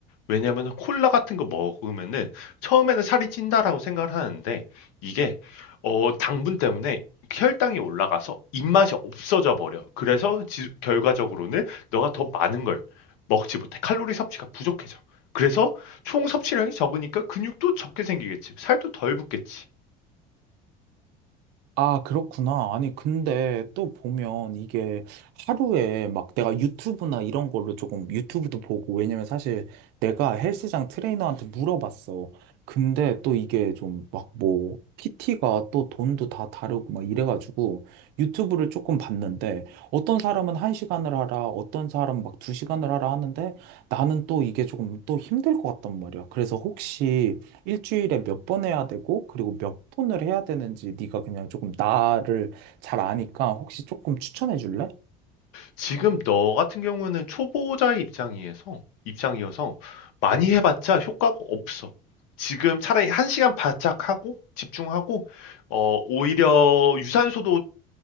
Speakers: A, on the left (about 80°); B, on the right (about 65°).
A: 왜냐하면 콜라 같은 거 먹으면은 처음에는 살이 찐다라고 생각을 하는데 이게 어 당분 때문에 혈당이 올라가서 입맛이 없어져 버려. 그래서 지- 결과적으로는 너가 더 많은 걸 먹지 못해. 칼로리 섭취가 부족해져. 그래서 총 섭취량이 적으니까 근육도 적게 생기겠지. 살도 덜 붙겠지.
B: 아, 그렇구나. 아니, 근데 또 보면 이게 하루에 막 내가 유튜브나 이런 걸로 조금 유튜브도 보고, 왜냐면 사실 내가 헬스장 트레이너한테 물어봤어. 근데 또 이게 좀 막 뭐, PT가 또 돈도 다 다르고 막 이래가지고 유튜브를 조금 봤는데 어떤 사람은 한시간을 하라, 어떤 사람은 막 두시간을 하라 하는데 나는 또 이게 조금 또 힘들 것 같단 말이야. 그래서 혹시 일주일에 몇 번 해야 되고, 그리고 몇 분을 해야 되는지 네가 그냥 조금 나를 잘 아니까 혹시 조금 추천해 줄래?
A: 지금 너 같은 경우는 초보자의 입장이어서 입장이어서 많이 해봤자 효과가 없어. 지금 차라리 한 시간 바짝 하고 집중하고 어 오히려 유산소도